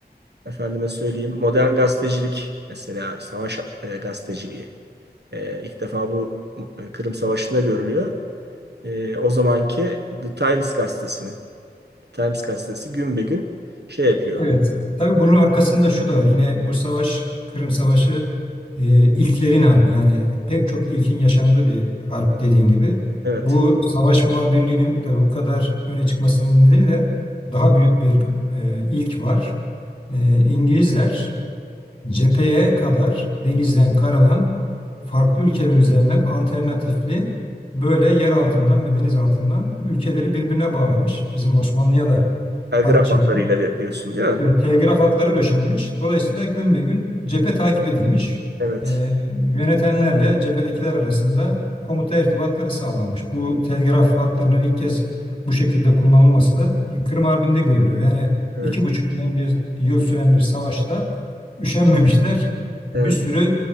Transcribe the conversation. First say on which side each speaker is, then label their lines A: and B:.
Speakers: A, on the right (about 80°); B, on the left (about 30°).
A: Efendime söyleyeyim. Modern gazetecilik mesela savaş e, gazeteciliği. E, ilk defa bu e, Kırım Savaşı'nda görülüyor. E, o zamanki The Times gazetesinin. The Times gazetesi gün be gün şey yapıyor.
B: Evet. Tabii bunun arkasında şu da var. Yine bu savaş, Kırım Savaşı e, ilklerin harbi. Yani pek çok ilkin yaşandığı bir harp dediğin gibi.
A: Evet.
B: Bu savaş muhabirliğinin tabii bu kadar öne çıkmasının nedeni de daha büyük bir e, ilk var. E, İngilizler cepheye kadar denizden, karadan farklı ülkeler üzerinden alternatifli böyle yer altından ve deniz altından ülkeleri birbirine bağlamış. Bizim Osmanlı'ya da
A: Ha,
B: hat çekmiş.
A: hatlarıyla diyorsun değil mi?
B: Evet, telgraf hatları döşenmiş. Dolayısıyla gün be gün cephe takip edilmiş.
A: Evet,
B: Ee, yönetenlerle cephedekiler arasında komuta irtibatları sağlanmış. Bu telgraf hatlarının ilk kez bu şekilde kullanılması da Kırım Harbi'nde görülüyor. Yani
A: evet,
B: iki buçuk yıl, bir yıl süren bir savaşta üşenmemişler. Bir
A: evet,
B: sürü